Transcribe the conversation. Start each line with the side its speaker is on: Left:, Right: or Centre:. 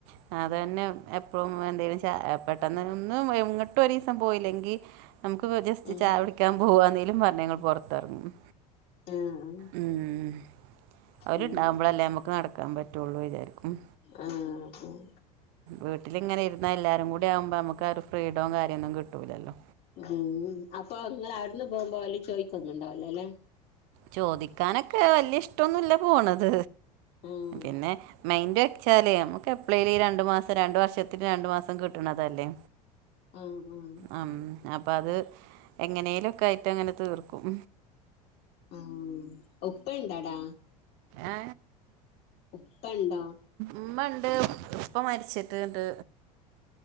Right: ആ അതന്നെ എപ്പഴും എന്തേലും ചാ പെട്ടെന്ന് ഒന്നും ഇങ്ങട്ടും ഒട്ട ഒരു ദിവസം പോയില്ലെങ്കിൽ എനിക്ക് ഒരു ദിവസം പോയില്ലെങ്കിൽ നമുക്ക് ജസ്റ്റ്
Left: ഉം
Right: ചാ യ കുടിക്കാൻ പോവാന്നെങ്കലും പറഞ്ഞു ഞങ്ങൾ പുറത്തിറങ്ങും
Left: ആഹ്
Right: ഉം അവരുണ്ടാകുമ്പോഴല്ലേ
Left: ഉം
Right: നമുക്ക് നടക്കാൻ പറ്റുള്ളൂ ഇല്ലേ ഉം
Left: ആഹ് ആഹ്
Right: വീട്ടിലിങ്ങനെ ഇരുന്ന എല്ലാരും കൂടി ആവുമ്പോ നമുക്ക് ക്കാരു ഫ്രീഡവും കാര്യൊന്നും കിട്ടൂല്ലല്ലോ
Left: ഉം അപ്പൊ നിങ്ങൾ അവിടുന്ന് പോകുമ്പോ അവർ ചോദിക്കൊന്നുംണ്ടാവല്ലോ അല്ലെ
Right: ചോദിക്കാനൊക്കെ വലിയ ഇഷ്ടൊന്നുമല്ല പോണത്
Left: ആഹ്
Right: പിന്നെ മൈൻറ് വെച്ചാലേ നമുക്ക് എപളെലുംഈ രണ്ട് മാസം രണ്ട് വർഷത്തി രണ്ട് മാസം കിട്ടണതല്ലേ
Left: ആഹ് ആഹ്
Right: ഉം അപ്പൊ അത് എങ്ങനെലൊക്കെ ആയിട്ട് അങ്ങനെ തീർക്കും
Left: ഉം ഉപ്പ ഇണ്ട്ടാ
Right: ഏ
Left: ഉപ്പ ഉണ്ടോ
Right: ഉമ്മ ഇണ്ട് ഉപ്പ മരിച്ചിട്ട് ഇണ്ട്